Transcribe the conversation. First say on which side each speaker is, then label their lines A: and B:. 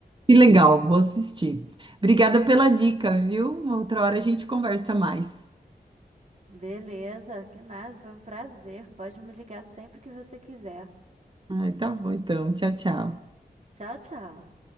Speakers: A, on the right; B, on the right.
A: Que legal, vou assistir. Obrigada pela dica, viu? Uma outra hora a gente conversa mais.
B: Beleza, que nada, foi um prazer. Pode me ligar sempre que você quiser.
A: Ah, tá bom então. Tchau, tchau.
B: Tchau, tchau.